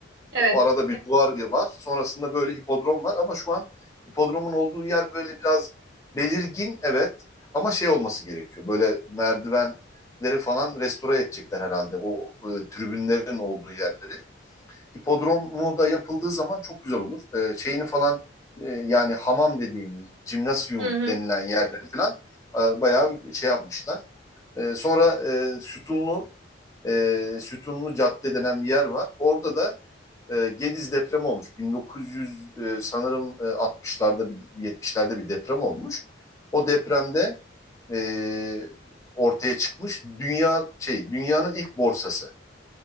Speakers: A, on the right; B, on the left.
A: evet.
B: O arada bir duvar var. Sonrasında böyle hipodrom var ama şu an hipodromun olduğu yer böyle biraz belirgin evet ama şey olması gerekiyor. Böyle merdivenleri falan restore edecekler herhalde o e, tribünlerin olduğu yerleri. Hipodromu da yapıldığı zaman çok güzel olur. E, şeyini falan e, yani hamam dediğimiz jimnasyum
A: Hı hı.
B: denilen yerler falan e, bayağı şey yapmışlar. E, sonra e, sütunlu e, sütunlu cadde denen bir yer var. Orada da e, Gediz depremi olmuş. 1900 e, sanırım e, 60'larda bir 70'lerde bir deprem olmuş. O depremde e, ortaya çıkmış dünya şey dünyanın ilk borsası.